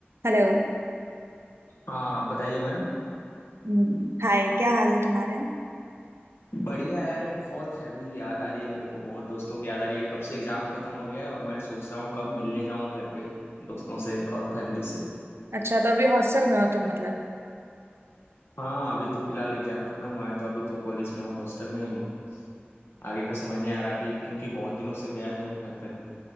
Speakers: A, on the right; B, on the left.
A: Hello
B: हाँ बताइए मैम
A: हम्म, हाय क्या हाल है तुम्हारे
B: बढ़िया है यार बहुत फैमिली की याद आ रही है मेरे को बहुत दोस्तों की याद आ रही है कब से एग्जाम खत्म हो गया है और मैं सोच रहा हूँ कब मिलने जाऊँ घर पे दोस्तों से और फैमिली से
A: अच्छा तो अभी हॉस्टल में हो तुम मतलब
B: हाँ अभी तो फिलहाल एग्जाम खत्म हुआ है तो अभी तो कॉलेज में हूँ हॉस्टल में ही हूँ आगे का समझ नहीं आ रहा अभी क्योंकि बहुत दिनों से गया नहीं हूँ घर पे ना